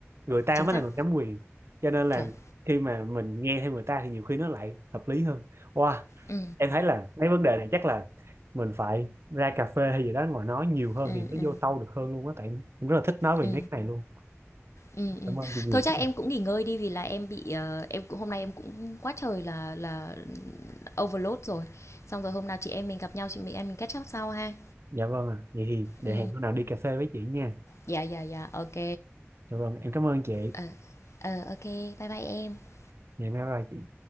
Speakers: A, on the right (about 60°); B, on the left (about 70°).
A: người ta
B: chính
A: mới
B: xác
A: là người nắm quyền cho nên là
B: chuẩn
A: khi mà mình nghe theo người ta thì nhiều khi nó lại hợp lý hơn wow
B: ừ
A: em thấy là mấy vấn đề này chắc là mình phải ra cà phê hay gì đó ngồi nói nhiều hơn
B: ừ
A: thì mới
B: ừ
A: vô sâu được hơn luôn á tại em rất là thích nói về
B: ừ
A: mấy cái này luôn
B: ừ ừ
A: cảm ơn chị nhiều
B: thôi chắc em cũng nghỉ ngơi đi vì là em bị ờ, em cũng hôm nay em cũng quá trời là là overload rồi xong rồi hôm nào chị em mình gặp nhau chị mình em mình catch up sau ha
A: Dạ vâng ạ. Vậy thì để
B: ừ
A: hẹn hôm nào đi cà phê với chị nha.
B: dạ dạ dạ ok
A: Dạ vâng, em cảm ơn chị.
B: ờ ờ ok bye bye em
A: Ngày mai bye chị.